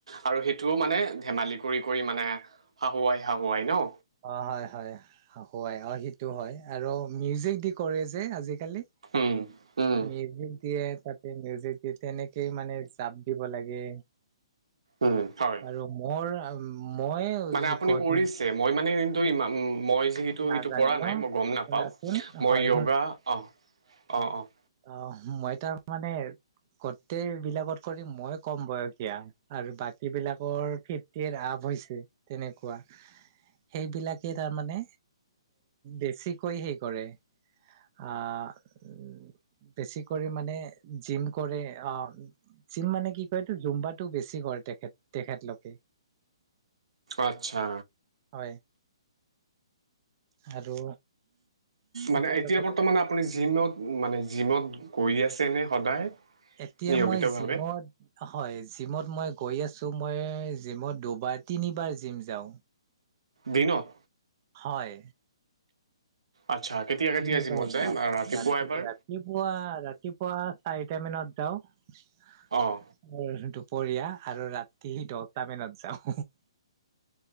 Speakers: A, on the right; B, on the right.
A: আৰু সেইটোও মানে ধেমালি কৰি কৰি মানে হাহুৱাই হাহুৱাই ন?
B: অ হয় হয় হাহুৱাই অ সেইটো হয় আৰু মিউজিক দি কৰে যে আজি। কালি।
A: উম উম
B: মিউজিক দিয়ে তাতে মিউজিক দিয়ে তেনেকেই মানে জাপ দিব লাগে।
A: উম হয়
B: আৰু মোৰ মই
A: মানে আপুনি
B: গত
A: কৰিছে মই মানে কিন্তু ইমা মই যিহেতু
B: নাজানে
A: ইটো কৰা
B: ন
A: নাই মই গম নাপাওঁ।
B: শুনাচোন
A: মই
B: হয়
A: য়োগা অহ অ অ
B: অহ মই তাৰ মানে গোটেই বিলাকত কৰি মই ক'ম বয়সীয়া আৰু বাকী বিলাকৰ ফিফটিৰ আপ হৈছে তেনেকুৱা। সেইবিলাকে তাৰমানে বেছিকৈ সেই কৰে আহ উ বেছিকৰি মানে জিম কৰে আহ জিম মানে কি কয় এইটো জুম্বাটো বেছি কৰে তেখেত তেখেতলোকে।
A: আচ্ছা।
B: হয় আৰু- তেখেতলোকে
A: মানে এতিয়া বৰ্তমান আপুনি জিমত মানে জিমত গৈ আছে নে সদায়।
B: এতিয়া
A: নিয়মিতভাৱে
B: মই জিমত হয় জিমত মই- গৈ আছো মই জিমত দুবাৰ তিনিবাৰ জিম যাওঁ।
A: দিনত?
B: হয়।
A: আচ্ছা কেতিয়া কেতিয়া
B: তিনিবাৰটা
A: জিমত যায়
B: যাওঁ।
A: ৰাতিপুৱা
B: ৰাতি
A: এবাৰ
B: ৰাতিপুৱা ৰাতিপুৱা চাৰিটা মানত- যাওঁ
A: অঁ
B: আৰু দুপৰীয়া আৰু ৰাতি দহটা মানত যাওঁ।